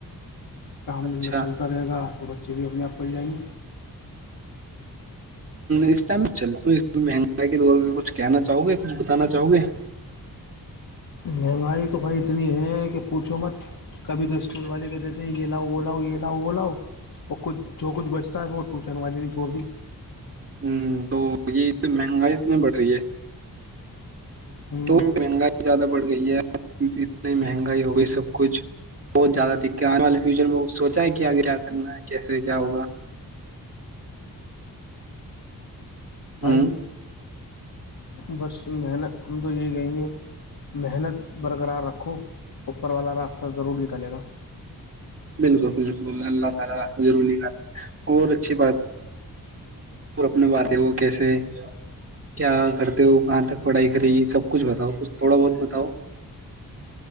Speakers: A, on the left (about 60°); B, on the right (about 40°).
A: کام دھندہ
B: اچھا
A: چلتا رہے گا تو بچے بھی اپنے آپ پل جائیں گے
B: اس ٹائم میں چلتا ہوں مہنگائی کی د کچھ کہنا چاہو گے کچھ بتانا چاہو گے
A: مہنگائی تو بھائی اتنی ہے کہ پوچھو مت کبھی تو اسکول والے کہتے ہیں یہ لاؤ وہ لاؤ یہ لاؤ وہ لاؤ اور کچھ جو کچھ بچتا ہے وہ ٹیوشن والے چوبی
B: ہوں تو یہ مہنگائی اتنی بڑھ رہی ہے
A: ہوں
B: چ مہنگائی زیادہ بڑھ گئی ہے اتنی مہنگائی ہو گئی سب کچھ بہت زیادہ دق آنے والے فیوچر میں سوچا ہے کہ آگے کیا کرنا ہے کیسے کیا ہوگا
A: بھائی
B: ہوں
A: بس محنت ہم تو یہی کہیں گے محنت برقرار رکھو اوپر والا راستہ ضرور نکلے گا
B: بالکل بالکل اللہ تعالی راستہ ضرورات ہے اور اچھی بات اور اپنے باتیں ہو کیسے کیا کرتے ہو کہاں تک پڑھائی کری سب کچھ بتاؤ کچھ تھوڑا بہت بتاؤ